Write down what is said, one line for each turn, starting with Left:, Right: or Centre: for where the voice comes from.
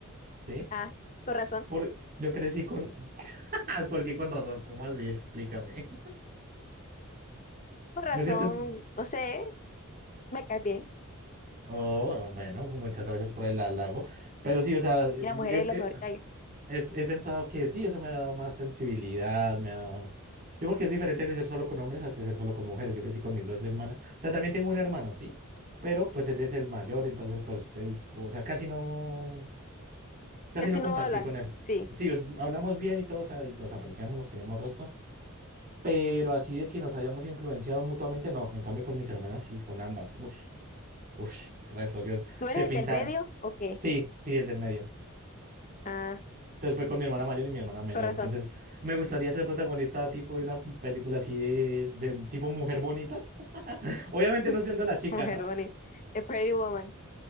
Right: ¿sí?
Left: Ah, con razón,
Right: Por, yo crecí con... <laughs> ¿Por qué con razón? ¿Cómo así? Explícame.
Left: con razón,
Right: <laughs> Me siento...
Left: no sé, me caes bien.
Right: Oh, bueno, muchas gracias por el halago. Pero sí, o sea, eh,
Left: Y la mujer es lo
Right: eh,
Left: mejor que hay.
Right: es- he pensado que sí, eso me ha dado más sensibilidad, me ha dado... Sí, porque es diferente crecer solo con hombres a crecer solo con mujeres. Yo crecí con mis dos hermanas. O sea, también tengo un hermano, ¿sí? Pero pues él es el mayor, entonces pues él, o sea, casi no, casi
Left: Casi
Right: no
Left: no
Right: compartí
Left: hablan,
Right: con él.
Left: sí.
Right: Sí, os- hablamos bien y todo, o sea, y nos apreciamos, nos queremos resto, pero así de que nos hayamos influenciado mutuamente, no. En cambio con mis hermanas sí, con ambas. Ush, ush, resto, yo
Left: ¿Tú
Right: se
Left: eres
Right: pinta.
Left: el del medio o qué?
Right: Sí, sí, el del medio.
Left: Ah,
Right: Entonces fue con mi hermana mayor y mi hermana menor.
Left: con razón.
Right: Entonces me gustaría ser protagonista tipo de una película así de, de tipo mujer bonita. <laughs> Obviamente
Left: <laughs>
Right: no siendo la chica,
Left: Mujer
Right: ¿no?
Left: bonita. The Pretty Woman.